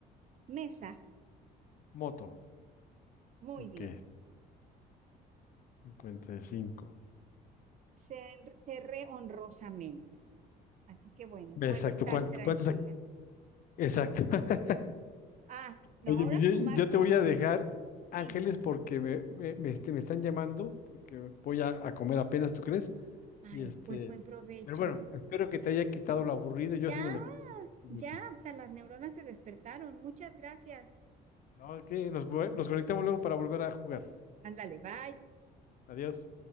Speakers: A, on the right; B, on the left.
A: Mesa.
B: moto.
A: Muy
B: Ok,
A: bien.
B: 55.
A: Se Cerré honrosamente. Así que bueno,
B: Ve,
A: puedo
B: Exacto,
A: estar
B: ¿cuánto-
A: tranquila.
B: ¿cuántos? ac- Exacto. <laughs>
A: Ah, no,
B: Oye,
A: ahora
B: pues
A: sumar
B: yo, yo
A: todo.
B: te voy a dejar, Ángeles,
A: Sí.
B: porque me, me, me, este, me están llamando, porque voy a, a comer apenas, ¿tú crees?
A: Ay,
B: Y este,
A: pues buen provecho.
B: pero bueno, espero que te haya quitado lo aburrido, yo
A: Ya,
B: sí me lo quité mucho.
A: ya, hasta las neuronas se despertaron. Muchas gracias.
B: No, ok, nos, vue- nos conectamos luego para volver a jugar.
A: Ándale, bye.
B: Adiós.